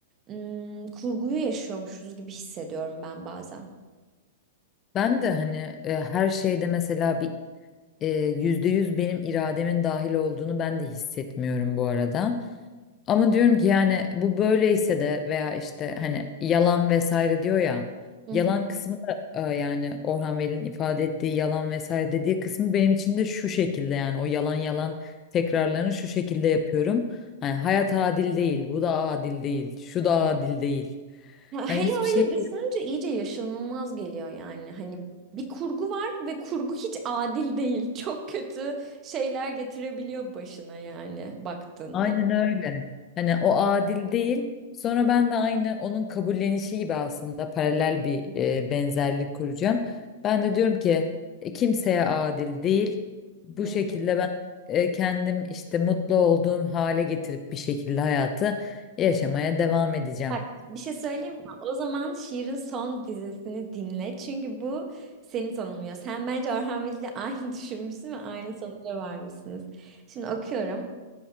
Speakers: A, on the right; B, on the left.
A: ım, kurguyu yaşıyormuşuz gibi hissediyorum ben bazen.
B: Ben de hani e, her şeyde mesela bir e, yüzde yüz benim irademin dahil olduğunu ben de hissetmiyorum bu arada. Ama diyorum ki yani bu böyleyse de veya işte hani yalan vesaire diyor ya
A: Hı
B: yalan
A: hı.
B: kısmı da e, yani Orhan Veli'nin ifade ettiği yalan vesaire dediği kısmı benim için de şu şekilde yani o yalan yalan tekrarlarını şu şekilde yapıyorum. Hani hayat adil değil, bu da adil değil, şu da adil değil.
A: Ya
B: Hani
A: hele
B: hiçbir
A: öyle
B: şey
A: düşününce iyice yaşanılmaz geliyor yani. Hani bir kurgu var ve kurgu hiç adil değil. <laughs> Çok kötü şeyler getirebiliyor başına yani baktığında.
B: Aynen öyle. Hani o adil değil. Sonra ben de aynı onun kabullenişi gibi aslında paralel bir e, benzerlik kuracağım. Ben de diyorum ki e, kimseye adil değil. Bu
A: Hı.
B: şekilde ben e, kendim işte mutlu olduğum hale getirip bir şekilde hayatı yaşamaya devam edeceğim.
A: Bak bir şey söyleyeyim mi? O zaman Şiir'in son dizisini dinle. Çünkü bu seni tanımlıyor. Sen bence Orhan Veli ile <laughs> aynı düşünmüşsün ve aynı sonuca varmışsınız. Şimdi okuyorum.